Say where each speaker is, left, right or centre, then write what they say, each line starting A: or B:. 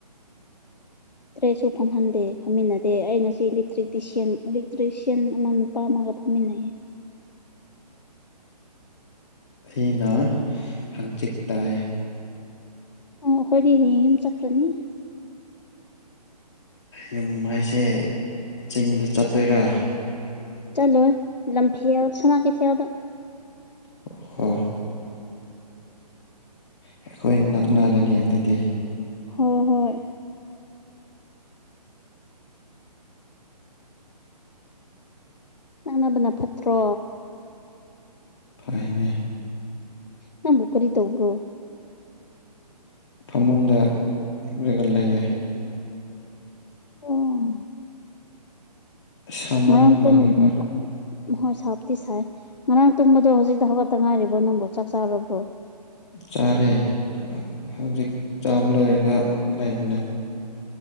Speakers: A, on the left (about 80°); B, on the left (about 40°).
A: ꯇ꯭ꯔꯦꯠꯁꯨ ꯐꯝꯍꯟꯗꯦ ꯐꯝꯃꯤꯟꯅꯗꯦ ꯑꯩ ꯉꯁꯤꯂꯦꯛꯇꯔꯤꯛꯇꯤꯁꯤꯌꯥꯟ ꯏꯂꯦꯛꯇ꯭ꯔꯤꯁꯤꯌꯥꯟ ꯑꯃꯃꯝ ꯄꯥꯝꯃꯒ ꯐꯝꯃꯤꯟꯅꯩ
B: ꯑꯩꯅ ꯍꯪꯆꯤꯛ ꯇꯥꯏ
A: ꯑꯣ ꯑꯩꯈꯣꯏꯗꯤ ꯍꯌꯦꯡ ꯌꯨꯝ ꯆꯠꯈ꯭ꯔꯅꯤ
B: ꯌꯨꯝ ꯍꯥꯏꯁꯦ ꯆꯤꯡꯗ ꯆꯠꯇꯣꯏꯔꯥ
A: ꯆꯂꯣ ꯂꯝꯐꯦ ꯁꯅꯥ ꯀꯊꯦ ꯑꯣꯎ
B: ꯑꯣ ꯍꯣ ꯑꯩꯈꯣꯏ ꯅꯛꯅꯔꯅꯤ ꯑꯗꯨꯗꯤ
A: ꯍꯣꯏ ꯍꯣꯏ ꯅꯪꯅꯕꯅ ꯐꯠꯇ꯭ꯔꯣ
B: ꯐꯥꯏꯅꯦ
A: ꯅꯪꯕꯨ ꯀꯔꯤ ꯇꯧꯕ꯭ꯔꯣ
B: ꯐꯃꯨꯡꯗ ꯏꯛꯂꯒ ꯂꯩꯌꯦ
A: ꯑꯣ
B: ꯁꯥꯃꯟꯕꯒꯤꯀꯣ
A: ꯉꯔꯥꯡ ꯇꯨꯝ <unintelligible> ꯝ ꯍꯣꯏ ꯁꯥꯞꯇꯤ ꯁꯥꯏ ꯉꯔꯥꯡ ꯇꯨꯝꯕꯗꯣ ꯍꯧꯖꯤꯛꯇ ꯍꯧꯋꯥꯠꯇ ꯉꯥꯏꯔꯤꯕ꯭ꯔꯣ ꯅꯪꯕꯨꯣ ꯆꯥꯛ ꯆꯥꯔꯕ꯭ꯔꯣ
B: ꯆꯥꯔꯦ ꯍꯧꯖꯤꯛ ꯆꯥꯕ ꯂꯣꯏꯔꯒ ꯂꯩꯕꯅꯦ